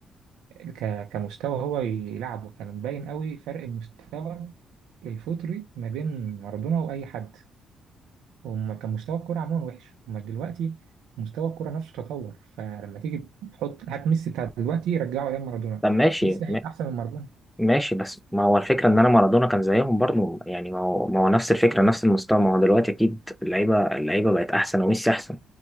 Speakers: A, on the right (about 85°); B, in the centre.
A: ك- كمستوى هو يلعبه كان مبين قوي فرق المستوى الفطري ما بين مارادونا واي حد هم كان مستوى الكوره عموما وحش هم دلوقتي مستوى الكوره نفسه تطور فلما تيجي تحط هات ميسي بتاع دلوقتي رجعه ايام مارادونا
B: طب ماشي
A: ميسي هيبقى احسن من مارادونا
B: ماشي بس ما هو الفكرة إن أنا مارادونا كان زيهم برضه يعني ما هو ما هو نفس الفكرة نفس المستوى ما هو دلوقتي أكيد اللعيبة اللعيبة بقت أحسن وميسي أحسن